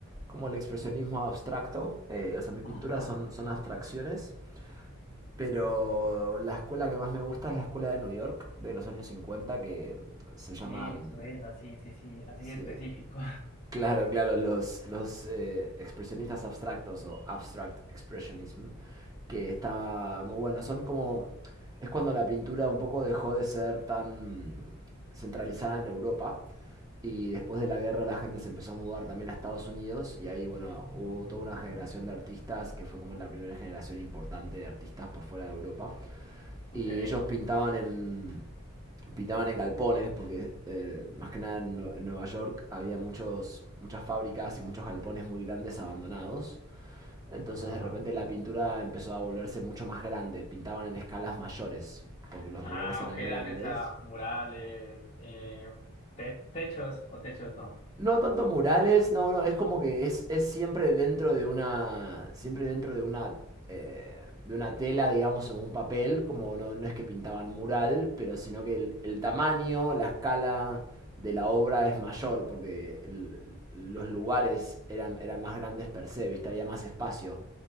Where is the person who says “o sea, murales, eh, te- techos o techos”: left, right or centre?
Left